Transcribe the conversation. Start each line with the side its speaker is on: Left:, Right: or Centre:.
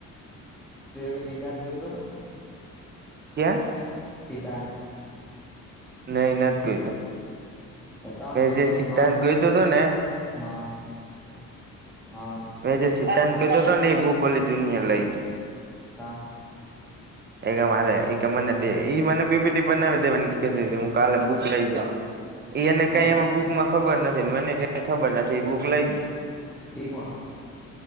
Centre: તું અઈ થી સિદ્ધાંત ગયો તો.
Right: ક્યા?
Centre: સિદ્ધાંત.
Right: નહીં થાય જોય તો.
Centre: એ તણ
Right: મેં
Centre: ગોતન
Right: જે સિદ્ધાંત
Centre: છે, માર
Right: ગયો તો ને
Centre: હા હા્
Right: મે સીદ્ધાંત કતો હતો ને એ બુક ઓલી જુનય લઈ ગઈ
Centre: કા
Right: એ મારે એક કે મનેે ઈ મને પીપીટી બનાવી દેવા હું કાલે બુક લઈ જઈ એ એને
Centre: કોણ
Right: કઈ એ બુક માં ખબર નથી મને કઈ ખબર નથી એ બુક લઈ ગઈ
Centre: એ કોણ